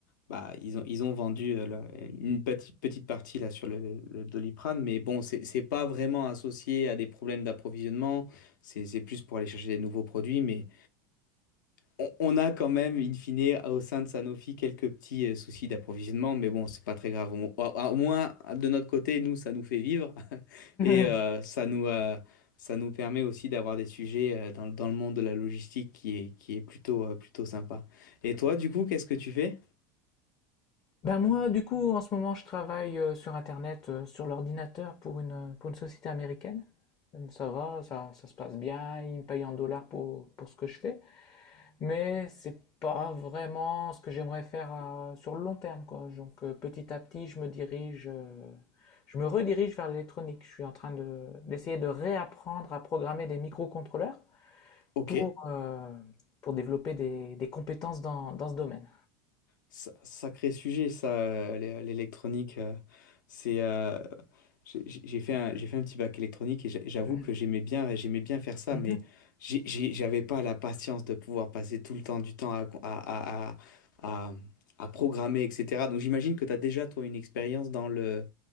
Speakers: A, on the left; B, on the left.
A: bah, ils ont, ils ont vendu euh, là, une petite, petite partie là, sur le, le Doliprane, mais bon, c'est c'est pas vraiment associé à des problèmes d'approvisionnement, c'est c'est plus pour aller chercher des nouveaux produits, mais on on a quand même, in fine, au sein de Sanofi, quelques petits euh, soucis d'approvisionnement, mais bon, c'est pas très grave. On- au, au moins, de notre côté, nous, ça nous fait vivre <laughs> et
B: <laughs>
A: euh, ça nous, euh, ça nous permet aussi d'avoir des sujets euh, dans, dans le monde de la logistique qui est, qui est plutôt, euh, plutôt sympa. Et toi, du coup, qu'est-ce que tu fais?
B: Ben moi, du coup, en ce moment, je travaille euh, sur Internet, euh, sur l'ordinateur pour une, pour une société américaine. Ça va, ça, ça se passe bien, ils me payent en dollars pour, pour ce que je fais. Mais c'est pas vraiment ce que j'aimerais faire à- sur le long terme, quoi. Donc euh, petit à petit, je me dirige, euh, je me redirige vers l'électronique. Je suis en train de, d'essayer de réapprendre à programmer des microcontrôleurs
A: Ok.
B: pour, euh, pour développer des, des compétences dans, dans ce domaine.
A: Sa- Sacré sujet, ça, euh, l'é- l'électronique. euh, c'est, euh, j'ai j'ai- j'ai fait un, j'ai fait un petit bac électronique et j'a- j'avoue
B: Mhm.
A: que j'aimais bien, j'aimais bien faire ça,
B: Mhm.
A: mais j'ai- j'ai- j'avais pas la patience de pouvoir passer tout le temps du temps à, à, à, à, à- à programmer, etc. Donc j'imagine que tu as déjà, toi, une expérience dans le,